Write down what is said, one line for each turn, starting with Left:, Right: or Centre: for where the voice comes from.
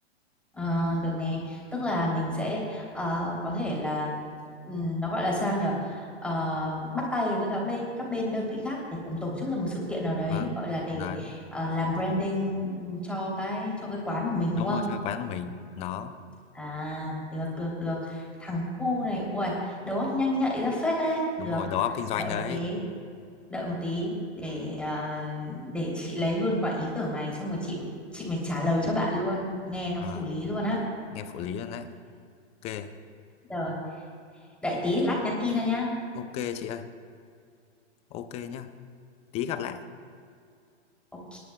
Centre: Ờ, được nè, tức là mình sẽ ờ, có thể là ừm, nó gọi là sao nhở Ờ, bắt tay với các bên các bên đơn vị khác để cùng tổ chức ra một sự kiện nào đấy
Left: vâng
Centre: gọi là để
Left: đấy
Centre: ờ, làm branding ừ, cho cái cho cái quán của mình
Left: đúng
Centre: đúng không?
Left: rồi cho quán của mình nó
Centre: À, được được được. Thằng cu này, ui, đầu óc nhanh nhạy ra phết đấy.
Left: đúng
Centre: Được.
Left: rồi đầu óc kinh doanh
Centre: Đợi
Left: đấy
Centre: một tí, đợi một tí để ờ, để chị lấy luôn quả ý tưởng này xong rồi chị chị mới trả lời cho bạn luôn. Nghe nó
Left: Ờ,
Centre: phủ lý luôn á.
Left: nghe phụ lý rồi đấy ok
Centre: Rồi, đợi tí lát nhắn tin cho nhá.
Left: ok chị ơi ok nhá tí gặp lại
Centre: Ok.